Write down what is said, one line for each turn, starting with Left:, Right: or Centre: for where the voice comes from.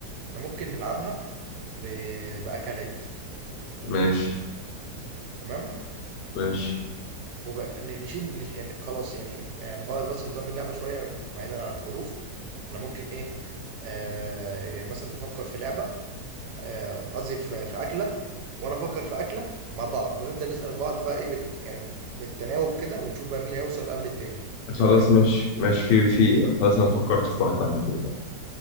Right: احنا ممكن نلعبها ب... بأكلات
Left: ماشي
Right: تمام
Left: ماشي
Right: ونشيل نش... يعني خلاص يعني آه، نغير بس نظام اللعبة شوية بعيدا عن الحروف احنا ممكن ايه آه يعني مثلا تفكر في لعبة آه، قصدي في في أكلة وانا افكر في اكله مع بعض ونبدا نسال بعض بقى ايه بت... يعني بالتناوب كده ونشوف بقى مين هيوصل قبل التاني
Left: خلاص
Right: ايه رايك
Left: ماشي ماشي في في خلاص انا فكرت في واحدة على طول